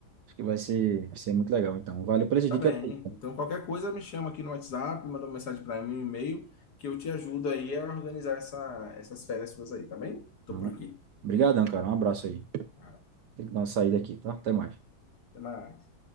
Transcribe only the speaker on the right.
Acho que vai ser, vai ser muito legal. Então, valeu pelas
dicas
aí. pô.
Não.
Obrigadão, cara. Um abraço aí.
Tem que dar uma saída aqui, tá? Até mais.